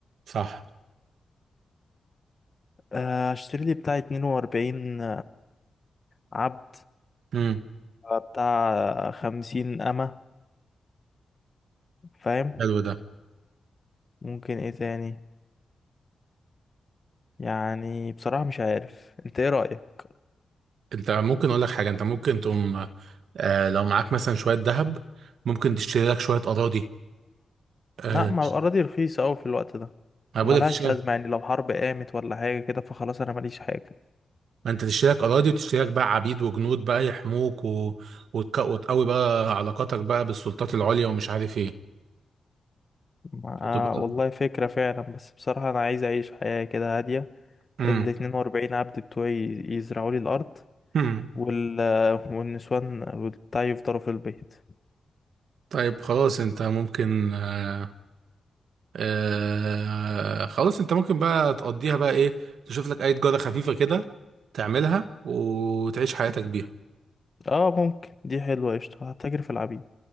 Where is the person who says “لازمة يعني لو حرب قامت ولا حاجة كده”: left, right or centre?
Left